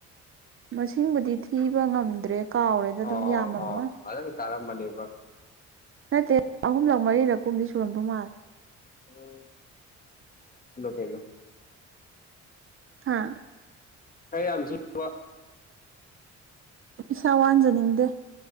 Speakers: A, on the right (about 45°); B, on the left (about 30°).
A: ꯃꯁꯤꯡꯕꯨꯗꯤ ꯊꯤꯕ ꯉꯝꯗ꯭ꯔꯦ ꯀꯥꯎꯔꯦꯗ
B: ꯑꯣ
A: ꯑꯗꯨꯝ ꯌꯥꯝꯃꯝꯃꯣꯏ
B: ꯑꯣ ꯐꯖꯅ ꯀꯔꯝꯃꯅꯦꯕ
A: ꯅꯠꯇꯦ ꯑꯍꯨꯝꯂꯛ ꯃꯔꯤꯔꯛ ꯀꯨꯝꯗꯤ ꯁꯨꯔꯝꯗꯧ ꯃꯥꯜꯂꯦ
B: <unintelligible> ꯀꯩꯅꫭ
A: ꯍꯥꯥ
B: <unintelligible>
A: ꯏꯁꯥ ꯋꯥꯟꯖꯅꯤꯡꯗꯦ